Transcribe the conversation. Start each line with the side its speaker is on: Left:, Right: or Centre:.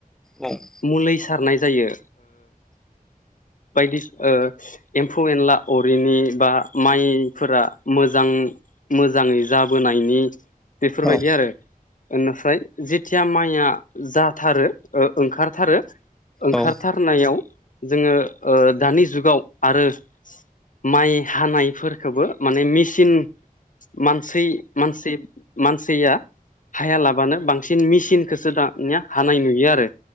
Centre: औ
Left: मुलि सारनाय जायो बायदि ओ एम्फौ एनला अआरिनि बा माइफोरा मोजां मोजाङै जाबोनायनि बेफोरबायदि
Centre: औ
Left: आरो बेनिफ्राय जेथिया माइया जाथारो ओंखारथारो ओंखारथारनायाव
Centre: औ
Left: जोङो दानि जुगाव आरो माइ हानायफोरखौबो माने मेसिन मानसि मानसि मानसिया हायालाबानो बांसिन मेसिनखौसो दानिया हानाय नुयो आरो